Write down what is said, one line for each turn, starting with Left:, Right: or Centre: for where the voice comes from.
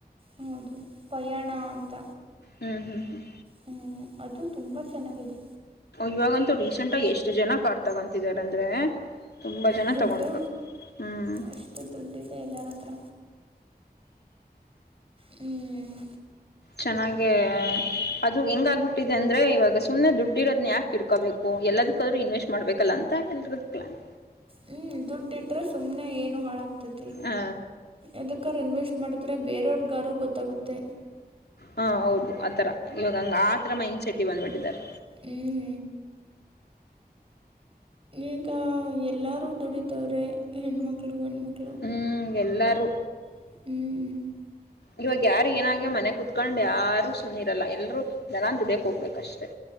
Right: ಹೌದು ಪಯಾಣ ಅಂತ.
Left: ಹ್ಮ್ ಹ್ಮ್ ಹ್ಮ್
Right: ಹ್ಮ್ ಅದು ತುಂಬಾ ಚೆನ್ನಾಗಿದೆ.
Left: ಇವಾಗಂತೂ ರೀಸೆಂಟ್ ಆಗಿ ಎಷ್ಟು ಜನ ಕಾರ್ ತಗೊಂತಿದಾರ ಅಂದ್ರೆ ತುಂಬಾ ಜನ
Right: ದುಡ್ಡು
Left: ತಗೊಂಡರು. ಹ್ಮ್
Right: ಅಷ್ಟು ದುಡ್ಡಿದೆ ಎಲ್ಲರತ್ರ. ಹ್ಮ್
Left: ಚೆನ್ನಾಗೆ ಅದು ಹೆಂಗ ಆಗಬಿಟ್ಟಿದೆ ಅಂದ್ರೆ ಇವಾಗ ಸುಮ್ಮ್ನೆ ದುಡ್ಡಿರೋದ್ನ ಯಾಕ ಇಡ್ಕೋಬೇಕು ಎಲ್ಲದಕ್ಕಾದ್ರೂ ಇನ್ವೆಸ್ಟ್ ಮಾಡ್ಬೇಕಲ್ಲ ಅಂತ ಎಲ್ರೂ ಪ್ಲಾನ್.
Right: ಹ್ಮ್ ದುಡ್ಡು ಇಟ್ರ ಸುಮ್ನೆ ಏನು ಹಾಳ ಗತೈತಿ
Left: ಹ
Right: ಏದಕ್ಕಾರ ಇನ್ವೆಸ್ಟ್ ಮಾಡಿದ್ರೆ ಬೇರೆಯವ್ರಗಾರು ಗೊತ್ತಾಗುತ್ತೆ.
Left: ಹಾ ಹೌದು ಆತರ ಇವಾಗಂಗ ಆತರ ಮೈಂಡ್ಸೆಟ್ ಇವಾಗ ಮಾಡಿದ್ದಾರೆ.
Right: ಹ್ಮ್ ಈಗ ಎಲ್ಲಾರು ದುಡಿತವ್ರೆ ಹೆಣ್ಮಕ್ಳು ಗಣ್ಮಕ್ಳು.
Left: ಹ್ಮ್ ಎಲ್ಲರೂ.
Right: ಹ್ಮ್ಮ
Left: ಇವಾಗ ಯಾರು ಏನಾಗೆ ಮನೆ ಕುತ್ಕೊಂಡ್ ಯಾರು ಸುಮ್ಮನೆ ಇರಲ್ಲ ಎಲ್ರೂ ಜನನ್ ದುಡಿಯಕ್ ಹೋಗ್ಬೇಕ ಅಷ್ಟೆ.